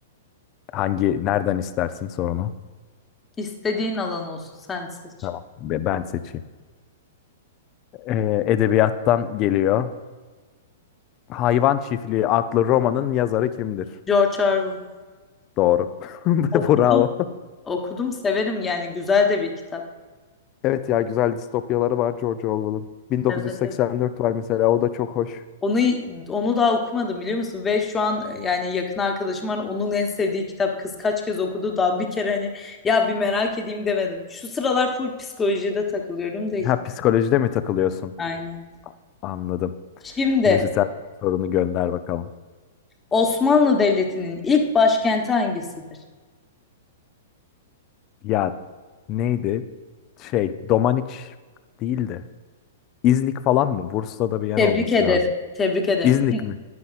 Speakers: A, on the left (about 35°); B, on the left (about 20°).
A: hangi nereden istersin sorunu?
B: İstediğin alan olsun sen seç.
A: Tamam. Be- Ben seçeyim. Ee, edebiyattan geliyor. Hayvan Çiftliği adlı romanın yazarı kimdir?
B: George Orwell.
A: Doğru.
B: Okudum.
A: <laughs> Bravo.
B: Okudum severim yani güzel de bir kitap.
A: Evet ya güzel distopyaları var George Orwell'ın. 1984
B: Evet, evet.
A: var mesela o da çok hoş.
B: Onu onu daha okumadım biliyor musun? Ve şu an e, yani yakın arkadaşım var. Onun en sevdiği kitap kız kaç kez okudu daha bir kere hani ya bir merak edeyim demedim. Şu sıralar full psikolojide takılıyorum da hiç
A: Ha psikolojide mi takılıyorsun?
B: Aynen.
A: Anladım.
B: Şimdi
A: Neyse sen sorunu gönder bakalım.
B: Osmanlı Devleti'nin ilk başkenti hangisidir?
A: Ya neydi? Şey Domaniç değildi. İznik falan mı? Bursa'da bir yer
B: Tebrik
A: olması
B: ederim.
A: lazım.
B: Tebrik ederim.
A: İznik
B: İz-
A: mi?